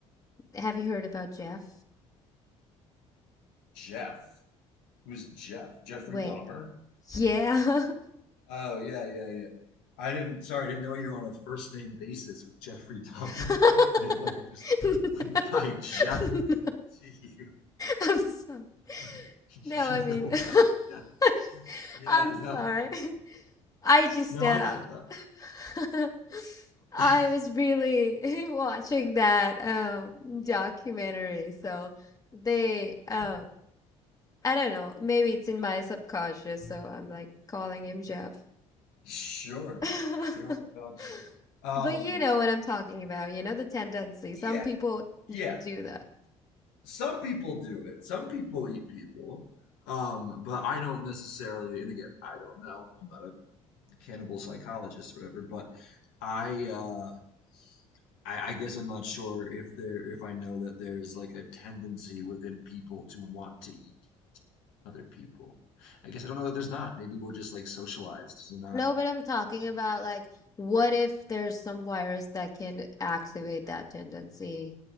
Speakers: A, on the left; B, on the left.
A: have you heard about Jeff?
B: Jeff. Who's Jeff? Jeffrey
A: Wait,
B: Dahmer?
A: yeah. <laughs>
B: Oh yeah, yeah, yeah. I didn't. Sorry, I didn't know you were on a first name basis with Jeffrey Dahmer.
A: <laughs>
B: <laughs> I never just
A: no,
B: went
A: <laughs>
B: by Jeff.
A: no,
B: Do you,
A: I'm sorry.
B: <laughs> do
A: No, I
B: you
A: mean,
B: know
A: <laughs>
B: about Jeff? Yeah,
A: I'm
B: no,
A: sorry.
B: for sure.
A: I just,
B: No,
A: uh,
B: I know about.
A: <laughs> I
B: <laughs>
A: was really <laughs> watching that um documentary, so they, uh, I don't know, maybe it's in my subconscious, so I'm like calling him Jeff.
B: Sure,
A: <laughs>
B: your old pal Jeff. Um,
A: But you know what I'm talking about, you know, the tendency.
B: yeah,
A: Some people
B: yeah.
A: do that.
B: Some people do it. Some people eat people. Um, but I don't necessarily. And again, I don't know. I'm not a cannibal psychologist or whatever. But I. Uh, I, I guess I'm not sure if there if I know that there's like a tendency within people to want to eat other people. I guess I don't know that there's not. Maybe we're just like socialized to not.
A: No, but I'm talking
B: To...
A: about like, what if there's some virus that can activate that tendency?